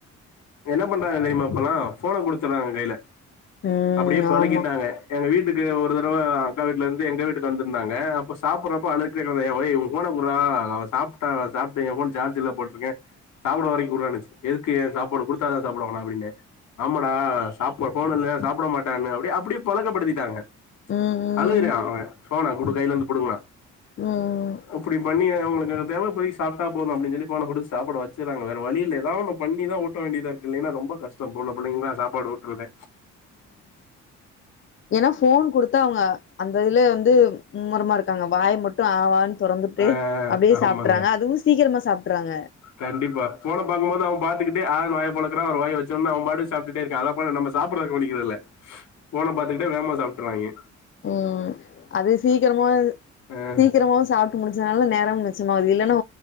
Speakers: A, on the left; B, on the left.
A: என்ன பண்றாங்க தெரியுமா இப்போலா ஃபோன குடுத்துறாங்க கைல
B: ம்
A: அப்டியே பழக்கிட்டாங்க
B: ஆமா
A: எங்க வீட்டுக்கு ஒரு தடவ அக்கா வீட்ல இருந்து எங்க வீட்டுக்கு வந்திருந்தாங்க அப்ப சாப்புடுறப்போ அழு <unintelligible> ஒய் ஒ ஃபோன குட்றா அவ சாப்ட்டா சாப்ட்டு எ போன் சார்ஜ் இல்ல போட்டுருக்கே சாப்புட வரைக்கு குடுறான்னுச்சு எதுக்கு ஏ சாப்பாடு குடுத்தாதா சாப்புடுவான்னா அப்டின்ன ஆமாடா சாப்ப ஃபோன் இல்ல சாப்புட மாட்டான்னு அப்டியே அப்டியே பழக்கப்படுத்திட்டாங்க
B: ம் ம்
A: அழகுறா அவெ ஃபோன குடு கைல இருந்து புடுங்குவ
B: ம்
A: அப்டி பண்ணியே அவங்களுக்கு தேவ இப்பதைக்கு சாப்ட்டா போது அப்டின் சொல்லி ஃபோன போட்டு சாப்பிட வெச்சர்றாங்க வேற வழி இல்ல எதாவொன்னு பண்ணிதா ஊட்ட வேண்டியதா இருக்கு இல்லனா ரொம்ப கஷ்ட இப்போ உள்ள பிள்ளைங்ளா சாப்பாடு ஊட்றதே
B: ஏன்னா ஃபோன் குடுத்தா அவங்க அந்த இதுலே வந்து மும்மரமா இருக்காங்க வாய மட்டு ஆவானு தொறந்துட்டு
A: ஆ
B: அப்டியே
A: ஆமாங்க
B: சாப்ட்றாங்க அதுவு சீக்கரமா சாப்ட்றாங்க
A: கண்டிப்பா ஃபோன பாக்கும் போது அவ பாத்துக்கிட்டு ஆன் வாய பொளக்கறா அப்ற வாய வெச்சோன அவம்பாட்டுக்கு சாப்டுட்டு இருக்கா அத போல நம்ம சாப்படத கவனிக்கறதில்ல ஃபோன பாத்துக்கிட்டே வேகமா சாப்ட்றாய்ங்க
B: ம் அது சீக்கிரமு
A: ஆ
B: சீக்கிரமு சாப் ட்டு முடிச்சதுனால நேரமு மிச்சமாகுது இல்லன்னா